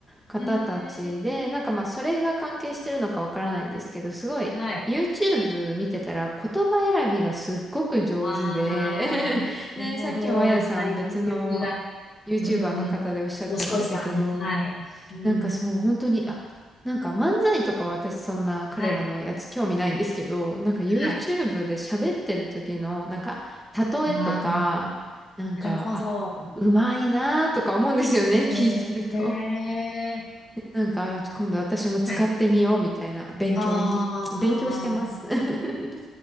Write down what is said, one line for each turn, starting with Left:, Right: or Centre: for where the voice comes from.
Centre: 方たちで、
Left: ええ、
Centre: なんかまあそれが関係してるのかわからないんですけど、すごい
Left: はい。
Centre: YouTube 見てたら言葉選びがすっごく上手で
Left: ああ、
Centre: <laughs> ね、
Left: なるほど。
Centre: さっきもあやさん別の
Left: やっぱり動力が、
Centre: YouTuber
Left: うん。
Centre: の方でおっしゃってましたけど、
Left: どすこいさん。はい。うん。
Centre: なんかそう、本当に、あ、なんか漫才とかは私そんな彼らのやつ興味ないんですけど、
Left: はい。
Centre: なんか YouTube
Left: はい。
Centre: で喋ってる時の、なんか、例えとか、
Left: ああ、な
Centre: なんか、
Left: るほど。
Centre: あ、うまいなーとか思うんですよね、
Left: ええ
Centre: <laughs> 聞いてると。なんか、今度私も使ってみようみたいな勉強に、
Left: はい。ああ、
Centre: 勉強してます。<laughs>